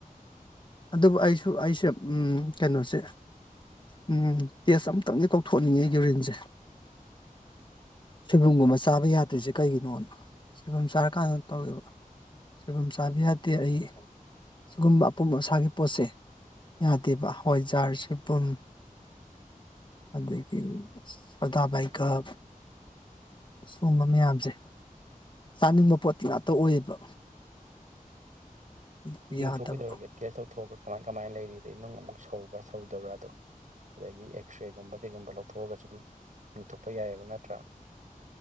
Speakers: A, on the left (about 35°); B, on the right (about 60°).
A: ꯑꯗꯨꯕꯨ ꯑꯩꯁꯨ ꯑꯩꯁꯦ ꯎꯝ ꯀꯩꯅꯣꯁꯦ ꯎꯝ ꯇꯦꯁ ꯑꯝꯇꯪꯗꯤ ꯇꯧꯊꯣꯛ ꯅꯤꯡꯉꯦ ꯌꯨꯔꯤꯟꯁꯦ ꯁꯣꯏꯕꯨꯝꯒꯨꯝꯕ ꯆꯥꯕ ꯌꯥꯗ꯭ꯔꯤꯁꯦ ꯀꯩꯒꯤꯅꯣꯅ ꯁꯣꯏꯕꯨꯝ ꯆꯥꯔꯀꯥꯟꯗ ꯇꯧꯋꯦꯕ ꯁꯣꯏꯕꯨꯝ ꯆꯥꯕ ꯌꯥꯗꯦ ꯑꯩ ꯁꯤꯒꯨꯝꯕ ꯑꯄꯨꯝ ꯑꯁꯥꯒꯤ ꯄꯣꯠꯁꯦ ꯌꯥꯗꯦꯕ ꯍꯋꯥꯏꯖꯥꯔ ꯁꯣꯏꯕꯨꯝ ꯑꯗꯒꯤ ꯁꯣꯗꯥꯕꯥꯏꯒꯥꯞ ꯁꯨꯝꯕ ꯃꯌꯥꯝꯁꯦ ꯆꯥꯅꯤꯡꯕ ꯄꯣꯠꯇꯤ ꯉꯥꯛꯇ ꯑꯣꯏꯌꯦꯕ ꯑꯗꯨ
B: ꯌꯦꯡꯊꯣꯛꯑꯣ
A: ꯌꯥꯗꯕ
B: ꯀꯩꯗꯧꯔꯒꯦ ꯀꯦꯌꯦꯁ ꯇꯧꯊꯣꯛꯑꯒ ꯀꯃꯥꯏ ꯀꯃꯥꯏꯅ ꯂꯩꯔꯤꯗꯩ ꯅꯨꯡ ꯑꯃꯨꯛ ꯁꯧꯕ꯭ꯔ ꯁꯧꯗꯕ꯭ꯔꯥꯗꯣ ꯑꯗꯒꯤ ꯑꯦꯛꯁꯔꯦ ꯒꯨꯝꯕ ꯀꯩꯒꯨꯝꯕ ꯂꯧꯊꯣꯛꯑꯒꯁꯨ ꯑꯗꯨꯝ ꯌꯦꯡꯊꯣꯛꯄ ꯌꯥꯏꯑꯕ ꯅꯠꯇ꯭ꯔꯥ